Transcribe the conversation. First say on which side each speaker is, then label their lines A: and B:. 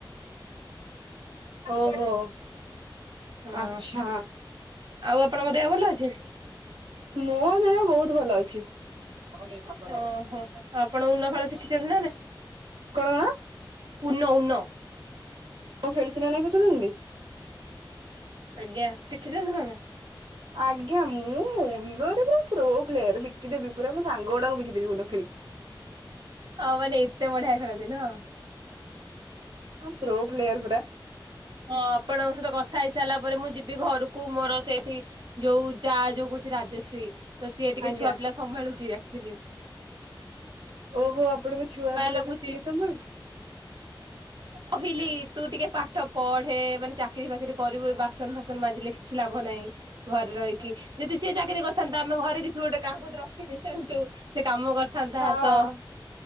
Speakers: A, on the right; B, on the right.
A: ଓହୋଃ।
B: ହଁ
A: ଆଛା।
B: ଆଉ ଆପଣଙ୍କ ଦେହ ଭଲ ଅଛି?
A: ମୋ ଦେହ ବହୁତ ଭଲ ଅଛି। କଣ
B: ଓହୋଃ ଆପଣ ଉନୋ ଖେଳ ଶିଖିଛନ୍ତି?
A: କଣ?
B: ଉନୋ ଉନୋ।
A: ମୁ ଖେଳିଛି ନା ନାଇଁ ପଚାରୁଛନ୍ତି?
B: ଆଜ୍ଞା ଶିଖିଛନ୍ତି ନା ନାହିଁ?
A: ଆଜ୍ଞା ମୁଁ ଊନୋରେ ପୁରା ପ୍ରୋ ପ୍ଲେୟର୍ ବିକିଦେବି ପୁରା ମୋ ସାଙ୍ଗ ଗୁଡାଙ୍କୁ ବିକିଦେବି ଊନୋ ଖେଳିକି।
B: ଆଉ ମାନେ ଏତେ ବଡ଼ିଆ ଖେଳନ୍ତି ନୁହଁ?
A: ଆଁ ପ୍ରୋ ପ୍ଳେୟର ପୁରା।
B: ହଁ ଆପଣଙ୍କ ସହିତ କଥା ହେଇସାରିଲା ପରେ ମୁଁ ଯିବି ଘରକୁ ମୋର ସେଇଠି ଯୋଉ ଯାଆ ଯୋଉ କହୁଛି ରାଜଶ୍ରୀ। ତ ସିଏ ଟିକେ
A: ଆଜ୍ଞା।
B: ଛୁଆ ପିଲା ସମ୍ଭାଳୁଛି ଆ। ଚିନି।
A: ଓହୋଃ ଆପଣଙ୍କ ଛୁଆ ପିଲାକୁ
B: ଲାଗୁଛି
A: ସିଏ ସମ୍ଭାଳୁଛି?
B: କହିଲି ତୁ ଟିକେ ପାଠ ପଢେ ମାନେ ଚାକିରିଫାକିରି କରିବୁ ବାସନଫାସନ ମାଜିଲେ କିଛି ଲାଭ ନାହିଁ ଘରେ ରହିକି। ଯଦି ସିଏ ଚାକିରି କରିଥାନ୍ତା ଆମ ଘରେ କିଛି ଗୋଟେ କାହାକୁ ଗୋଟେ ରଖି ଦେଇେଇଥାନ୍ତୁ ସେ କାମ କରିଥାନ୍ତା
A: ହଁ।
B: ତ।